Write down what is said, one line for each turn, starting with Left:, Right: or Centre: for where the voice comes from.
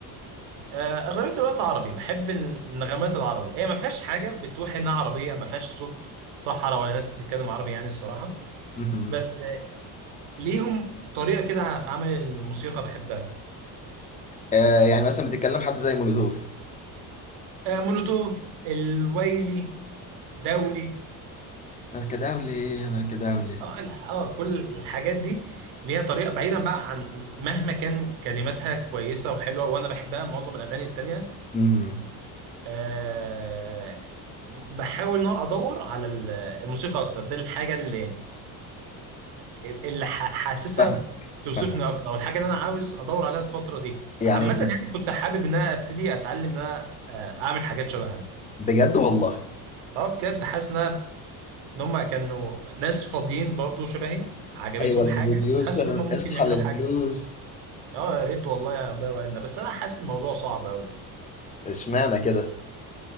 Right: آه، اغلبيه الوقت عربي بحب النغمات العربي هي ما فيهاش حاجه بتوحي انها عربيه ما فيهاش صوت صحراء ولا ناس بتتكلم عربي يعني الصراحه
Left: مهم.
Right: بس آه، ليهم طريقه كده في عمل الموسيقى بحبها
Left: آه يعني مثلا بتتكلم حد زي مولوتوف
Right: آه، مولوتوف الويلي دولي
Left: ما كداولي ما كداولي
Right: اه ال- اه كل الحاجات دي ليها طريقه بعيدا بقى عن مهما كان كلماتها كويسه وحلوه وانا بحبها معظم الاغاني التانيه
Left: امم
Right: آه، بحاول ان أنا ادور على ال- الموسيقى اكتر ده الحاجه اللي اللي ح- حاسسها
Left: فاهمك
Right: بتوصفني
Left: فاهمك
Right: اكتر او الحاجه اللي انا عاوز ادور عليها الفتره دي
Left: يعني
Right: عامه يعني كنت حابب ان انا ابتدي اتعلم ان انا آه، اعمل حاجات شبهها
Left: بجد والله
Right: اه بجد حاسس ان أنا- إن هم كانوا ناس فاضيين برضو شبهي عجبتهم
Left: ايوه البروديوسر
Right: حاجه وحاسس ان هم ممكن
Left: اصحى
Right: يعملوا
Left: للفلوس
Right: حاجه اه يا ريت والله يا بقى وعدنا بس انا حاسس الموضوع صعب قوي
Left: اشمعنى كده